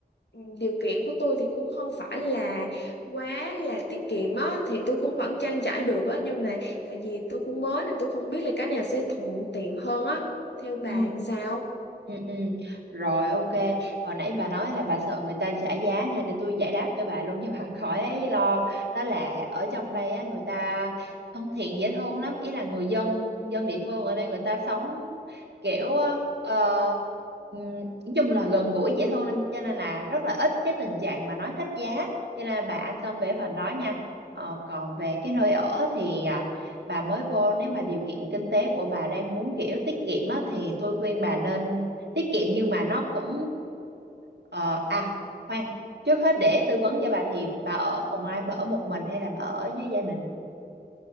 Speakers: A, on the left; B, on the right.
A: ừ, điều kiện của tôi thì cũng không phải là quá là tiết kiệm á thì tôi cũng vẫn trang trải được á nhưng mà tại vì tôi cũng mới nên tôi không biết là cái nào sẽ thuận tiện hơn á theo bà
B: ừ
A: làm sao
B: Ừ, ừ. Rồi ok Hồi nãy bà nói là bà sợ người ta trả giá nha Để tôi giải đáp cho bà luôn cho bà <laughs> khỏi lo Đó là ở trong đây á, người ta thân thiện dễ thương lắm Ý là người dân dân địa phương ở đây người ta sống kiểu ờ, ừm, Nói chung là gần gũi dễ thương lắm Cho nên là rất là ít cái tình trạng mà nói thách giá Cho nên là bà an tâm về phần đó nha Ờ, Còn về cái nơi ở thì à, bà mới vô nếu mà điều kiện kinh tế của bà đang muốn kiểu tiết kiệm á, thì tôi khuyên bà nên tiết kiệm nhưng mà nó cũng ờ, à khoan trước hết để tư vấn cho bà thì bà ở cùng ai bà ở một mình hay là bà ở với gia đình